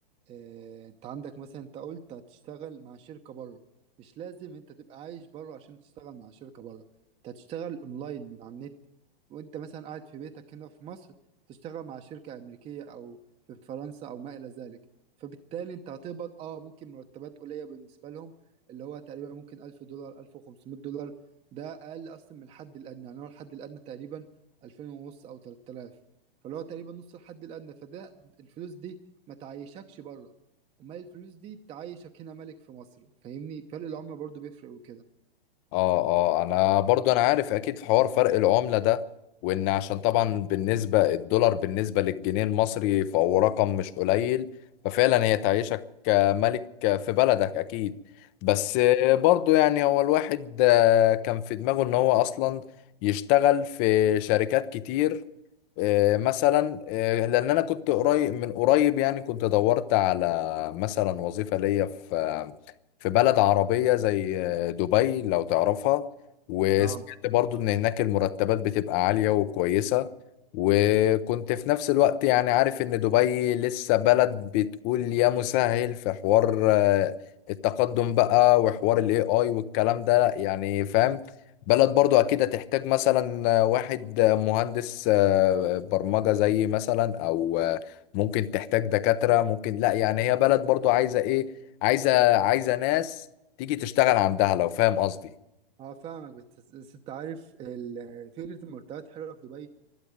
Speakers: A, on the right (about 20°); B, on the left (about 30°).
A: آه، انت عندك مثلا انت قلت هتشتغل مع شركة بره مش لازم انت تبقى عايش بره عشان تشتغل مع شركة بره انت هتشتغل اونلاين من على النت وانت مثلا قاعد في بيتك هنا في مصر تشتغل مع شركة امريكية او في فرنسا او ما الى ذلك فبالتالي انت هتقبض اه ممكن مرتبات قليلة بالنسبة لهم اللي هو تقريبا ممكن 1000 دولار 1500 دولار ده اقل اصلا من الحد الادنى يعني هو الحد الادنى تقريبا 2000 ونص او 3000 فاللي هو تقريبا نص الحد الادنى فده الفلوس دي ما تعيشكش بره امال الفلوس دي تعيشك هنا ملك في مصر فاهمني فرق العملة برضو بيفرق وكده
B: اه اه انا برضو انا عارف اكيد في حوار فرق العملة ده وان عشان طبعا بالنسبة الدولار بالنسبة للجنيه المصري فهو رقم مش قليل ففعلا هي تعيشك ملك في بلدك اكيد بس برضو يعني هو الواحد كان في دماغه ان هو اصلا يشتغل في شركات كتير آه، مثلا آه، لان انا كنت قريب من قريب يعني كنت دورت على مثلا وظيفة ليا في في بلد عربية زي آه، دبي لو تعرفها وسمعت
A: اه
B: برضو ان هناك المرتبات بتبقى عالية وكويسة وكنت في نفس الوقت يعني عارف ان دبي لسه بلد بتقول يا مسهل في حوار آه، التقدم بقى وحوار الاي اي والكلام ده يعني فاهم بلد برضو اكيد هتحتاج مثلا واحد مهندس آه، برمجة زي مثلا او آه، ممكن تحتاج دكاترة ممكن لا يعني هي بلد برضو عايزة ايه عايزة عايزة ناس تيجي تشتغل عندها لو فاهم قصدي
A: اه فاهمك بس بس انت عارف ال- فكرة المرتبات حلوة في دبي